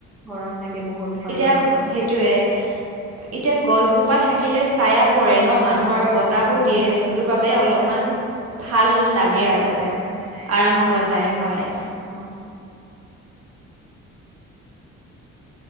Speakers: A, in the centre; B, on the right (about 40°).
A: গৰম লাগে বহুত হয়
B: এতিয়া
A: বাৰু
B: সেইটো- এতিয়া গছজোপা থাকিলে ছাইয়া পৰে ন মানুহৰ বতাহো
A: অ
B: দিয়ে। যোনটোৰ বাবে অলপমান ভাল লাগে
A: আৰাম পোৱা
B: আৰু
A: যায়
B: আৰাম পোৱা যায় হয়।
A: অঁ।